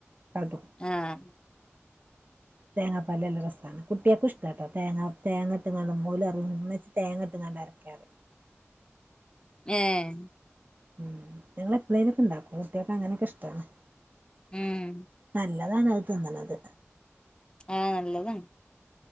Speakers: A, on the right; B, on the left.
A: കാട്ടും
B: ആഹ്
A: തേങ്ങാപ്പാലില് നല്ല രസാണ് കുട്ട്യാക്കുംഇഷ്ടാട്ടോ തേങ്ങ തേങ്ങാട്ടെങ്ങാണ്ട്നല്ലപോലെറങ്ങീ തേങ്ങട്ടങ്ങാണ്ട് അരക്കാറ്
B: ഏഹ്
A: മ് ഞങ്ങളെപ്പളേങ്കിലുണ്ടാക്കും കുട്ട്യാക്കങ്ങനെയൊക്കെ ഇഷ്ടാണ്
B: ഉം
A: നല്ല അതാണ് അത് തിന്നണത്
B: ആ നല്ലതാണ്